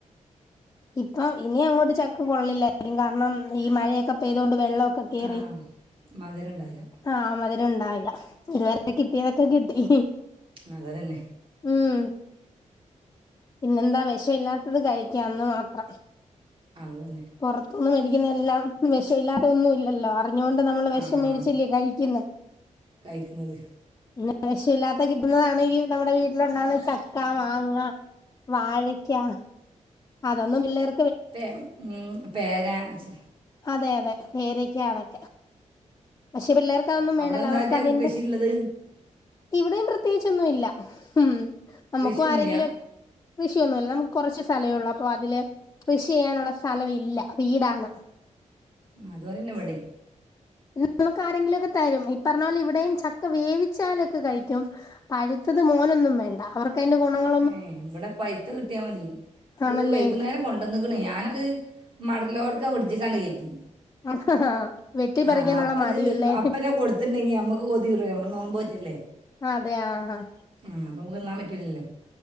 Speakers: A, on the left; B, on the right.
A: ഇപ്പം ഇനി അങ്ങോട്ട് ചക്ക് കൊള്ളില്ല <unintelligible> കാരണം ഈ മഴയൊക്കെ പെയ്തൊണ്ട് വെള്ളമൊക്കെ കേറി
B: ആ മധുരം ഉണ്ടാവില്ല
A: ആഹ് മധുരം ഉണ്ടാവില്ല ഇതുവരെ കിട്ടിയതൊക്കെ കിട്ടി
B: അത് തന്നെ
A: ഉം പിന്നെന്താ വ- വി ക്ഷ ഇല്ലാത്തത് കഴിക്ക അന്ന് മാത്രം
B: അതുതന്നെ
A: പുറത്തനിന്നും മേടിക്കുന്നത എല്ലാം വിഷാല്ലാതെ ഒന്നുംല്ല എല്ലാ അറിഞ്ഞോണ്ട് നമ്മള് വേഷം
B: ആ ആ
A: മേടിച്ചല്ലേ കഴിക്ക്ന്നെ
B: കഴിക്കുന്നത്
A: പിന്ന വേഷ ഇല്ലാത്ത കിട്ടുന്നതാണെങ്കി നമ്മട വീട്ടിലുണ്ടാവുന്ന ചക്ക മാങ്ങ വാഴ ക്കാ അതൊന്നും പിള്ളേർ
B: തെ ഉം പേരാ ച്
A: അതെ അതെ പേരക്ക അതെക്കെ പക്ഷേ പിള്ളേർ ക്കതൊന്നും
B: അവിടെ
A: വേണ്ടല്ല
B: എന്താ
A: അവർക്കതിന്റെ
B: വെച്ചാൽ കൃഷി ഉള്ളത്
A: ഇവ്ടെയും പ്രത്യേകിച്ചൊന്നു ഇല്ല ഉം നമുക്കും
B: കൃഷിയൊന്നുമില്ല
A: ആരെങ്കിലൊക്കെ കൃഷിയൊന്നൂല നമുക്ക് കൊറച്ച് സ്ഥല ഉള്ളപ്പൊ അതില് കൃഷി ചെയ്യാനുള്ള സലം ഇല്ല വീടാണ്
B: ആഹ് അതോലന്നാ ഇവ്ടേം
A: ഉം നമുക്കാരെങ്കിലൊക്ക തെരും ഈ പറഞ്ഞ പോലെ ഇവ്ടെയും ചക്ക വേവിച്ചാലൊക്ക കഴിക്കും പഴ്‌ത്തത് മോനൊന്നും വേണ്ട അവർക്കയ്ന്റെ ഗുണങ്ങള്
B: ഏഹ് ഇവ്ട പൈത്ത കിട്ടിയാമതി അത്
A: ആണല്ലേ
B: വൈകുന്നേരം പ്പ കൊണ്ടന്ന്ക്ക്ണെ ഞാനത് മടലോടൊക്ക ഫ്രിഡ്ജിക്കണ് കേറ്റി
A: ആഹാ വെട്ടി പറിക്കാനുള്ള
B: ആഹ് അപ്പത്
A: മടിയല്ലേ
B: അപ്പലെ കൊട്ത്ത്ണ്ടെങ്കി അമ്മക്ക് കൊതിഊറ് വേ അമ്മള് നോമ്പോറ്റല്ലേ
A: അതെ ആഹ് അഹ
B: ആഹ് അപ്പ നമക്ക് തിന്നാം പറ്റൂല്ലല്ലോ